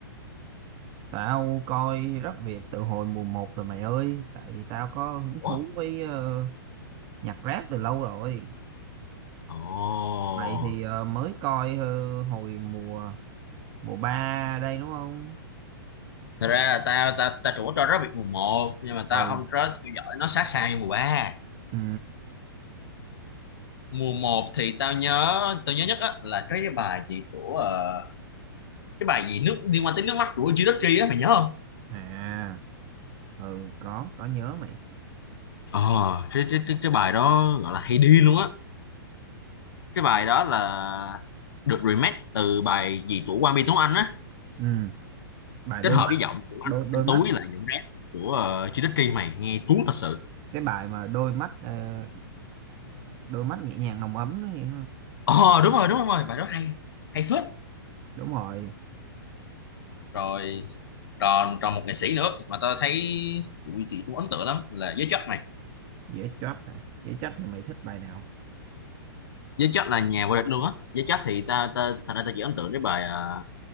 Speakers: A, on the right; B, on the left.
A: Tao coi Rap Việt từ hồi mùa một rồi mày ơi, tại tao có hứng
B: Ủa?
A: thú với ờ, nhạc rap từ lâu rồi.
B: Ồ.
A: Mày thì ờ, mới coi ờ, hồi mùa mùa 3 đây đúng không?
B: Thật ra là tao tao tao chủ cho rap Việt mùa một nhưng mà tao
A: Ừ,
B: không có theo dõi nó sát sao như mùa 3.
A: ừ.
B: mùa một thì tao nhớ tao nhớ nhất á là cái cái bài gì của ờ, cái bài gì nước liên quan tới nước mắt của Jirachi á mày nhớ không?
A: À, ừ, có, có nhớ mày.
B: Ờ cái, cái cái cái bài đó gọi là hay đi luôn á. Cái bài đó là được remake từ bài gì của Quang Minh Tuấn Anh á,
A: Ừ, bài
B: kết
A: đôi
B: hợp
A: mắt,
B: với giọng của
A: đôi
B: anh
A: đôi
B: anh
A: mắt,
B: Tú với lại giọng rap của uh, Jirachi mày nghe cuốn thật sự.
A: cái bài mà đôi mắt ờ, đôi mắt nhẹ nhàng nồng ấm đó nhỉ?
B: Ờ đúng rồi đúng rồi bài đó hay hay phết.
A: đúng rồi
B: Rồi còn còn một nghệ sĩ nữa mà tao thấy tụi chị cũng ấn tượng lắm là giới chất mày
A: dễ chót nè dễ chót thì mày thích bài nào
B: với chất là nhà vô địch luôn á với chất thì ta, ta thật ra ta chỉ ấn tượng với bài à,